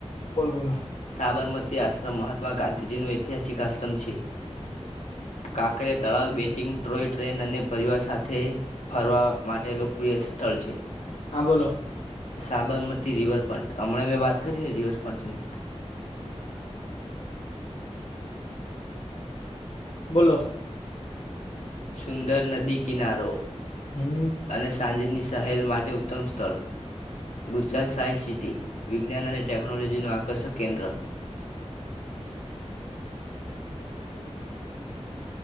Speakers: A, on the left (about 70°); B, on the left (about 85°).
A: બોલ, બોલો.
B: સાબરમતી આશ્રમ મહાત્મા ગાંધીજીનો ઐતિહાસિક આશ્રમ છે. કાંકરે તળાવ બેટિંગ ટ્રોય ટ્રેન અને પરિવાર સાથે ફરવા માટે લોકપ્રિય સ્થળ છે.
A: હા, બોલો.
B: સાબરમતી રિવરફ્રન્ટ હમણાં મેં વાત કરીને રિવરફ્રન્ટની
A: બોલો.
B: સુંદર નદી કિનારો
A: હમ.
B: અને સાંજેની સહેલ માટે ઉત્તમ સ્થળ ગુજરાત સાયન્સ સિટી વિજ્ઞાન અને ટેકનોલોજીનું આકર્ષક કેન્દ્ર